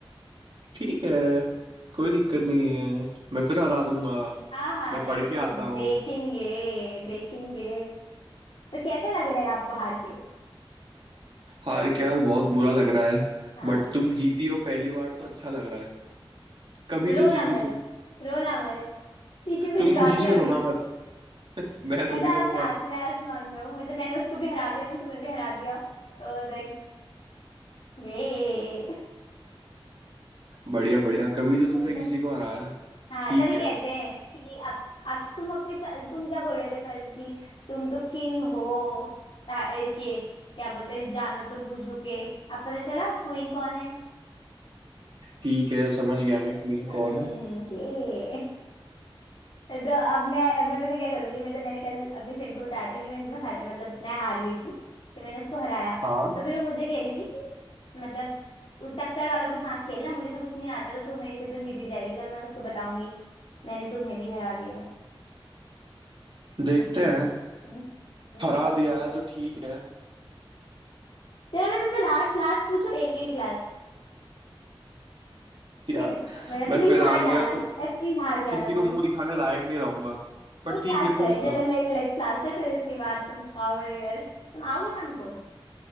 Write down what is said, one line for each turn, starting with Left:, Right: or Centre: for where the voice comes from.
Right: ठीक है कोई दिक्कत नहीं है मैं फिर हरा दूंगा
Left: <laughs> हाँ हाँ
Right: मैं
Left: देखेंगे
Right: पढ़ के आता
Left: देखेंगे
Right: हूँ
Left: देखेंगे तो कैसा लग रहा है आपको हार के
Right: हार के यार बहुत बुरा लग रहा है
Left: हाँ
Right: बट तुम जीती हो पहली बार तो अच्छा लग रहा है कभी
Left: रोना
Right: तो जीती
Left: मत
Right: तुम
Left: रोना मत टिश्यू
Right: तुम
Left: भिजवाती
Right: खुशी से
Left: हूँ अभी
Right: रोना मत <laughs> मैं
Left: मैं
Right: तो नहीं
Left: तो आज
Right: रहूंगा
Left: सातवें आसमान में हूँ मतलब मैंने उसको भी हरा दिया मैंने तुम्हें भी हरा दिया तो लाइक ये
Right: बढ़िया बढ़िया कभी तो तुमने
Left: वही तो
Right: किसी को हराया
Left: हाँ
Right: ठीक
Left: तभी
Right: है
Left: कहते हैं कि अब अब तुम अपने कल- तुम क्या बोल रहे थे कल की तुम तो किंग हो ता- इसके क्या बोलते हैं जानो तो बूझो के अब पता चला क्वीन कौन है
Right: ठीक है समझ गया मैं क्वीन
Left: हम्म
Right: कौन है
Left: ये तो अब मैं अब मैं पता क्या करूंगी मतलब मैंने कल अपनी फ्रेंड को बताया था कि मैंने तुम्हें हर मतलब मैं हार गई थी फिर मैंने उसको हराया
Right: हाँ
Left: तो फिर वो मुझे कह रही थी कि मतलब उ- टक्कर वालों के साथ खेलना मुझे तो कुछ नहीं आता तो तू मेरे से तो जीती जाएगी तो मैं उसको बताऊंगी मैंने तुम्हें भी हरा दिया है
Right: देखते
Left: <laughs>
Right: हैं
Left: हम्म।
Right: हरा दिया है तो ठीक है
Left: चलो मैं तुमसे लास्ट लास्ट पूछू एक एक क्लास
Right: यार
Left: फिर मतलब
Right: मैं
Left: प्लीज
Right: फिर हार
Left: हार जाना
Right: गया तो
Left: प्लीज हार जाना
Right: किसी को
Left: तुम
Right: मुंह दिखाने लायक नहीं रहूंगा बट
Left: एक
Right: ठीक
Left: लास्ट
Right: है पूछ
Left: है चलो
Right: लो
Left: ले, लेट्स लास्ट है फिर उसके बाद तुम आओ मेरे घर तुम आओगे शाम को